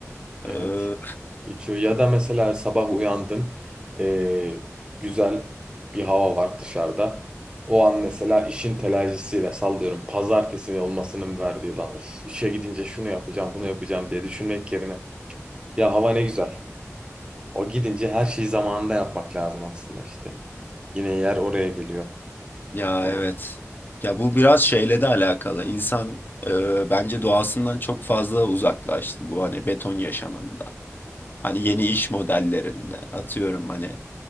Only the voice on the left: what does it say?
eee,
ya
evet. Ya bu biraz şeyle de alakalı. İnsan eee, bence doğasından çok fazla uzaklaştı bu hani beton yaşamında. Hani yeni iş modellerinde. Atıyorum hani